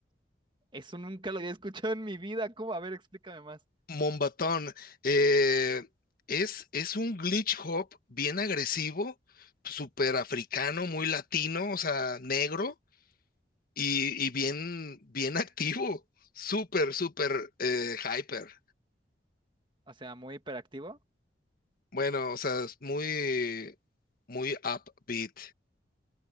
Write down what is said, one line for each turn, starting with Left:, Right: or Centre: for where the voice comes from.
Right: Eso nunca lo había escuchado en mi vida. ¿Cómo? A ver, explícame más.
Left: Mombatón eh, es, es un glitch hop bien agresivo, súper africano, muy latino, o sea, negro y, y bien, bien <laughs> activo, súper, súper eh, hyper.
Right: O sea, muy hiperactivo.
Left: Bueno, o sea, es muy, muy upbeat.